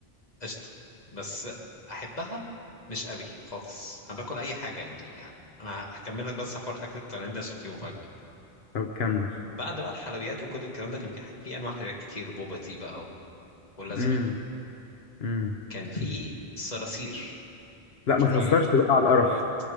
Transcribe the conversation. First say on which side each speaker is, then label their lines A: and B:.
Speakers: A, on the left (about 40°); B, on the left (about 80°).
A: قشطه بس احبها مش قوي خالص انا باكل اي حاجه يعني انا هكمل لك بس حوار اكل التايلاندي عشان فيه مفاجاه
B: طب كمل
A: بعد بقى الحلويات وكل الكلام ده كان في في انواع حلويات كتير وبوبا تي بقى و... واللازم
B: امم امم
A: كان في صراصير
B: لا
A: فرايد
B: ما تهزرش بقى على القرف
A: فرايد